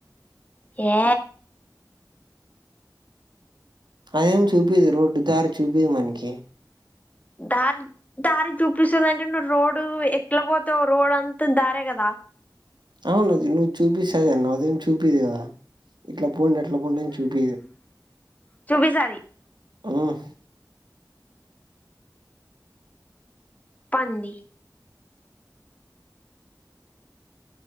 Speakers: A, on the left; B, on the right.
A: ఏ
B: అదేం చూపిది రోడ్డు దారి చూపిదు మనకి
A: దారి దారి చూపిస్తదండే నువ్వు రోడు ఎట్ల పోతావు రోడ్ అంతా తం దారే కదా
B: అవును అది నువ్వు చూపిస్తదనవ్ అదేం చూపిదు కదా ఇట్లా పోండి అట్లా పోండి అని చూపిదు
A: చూపిస్తాది
B: ఉమ్
A: పంది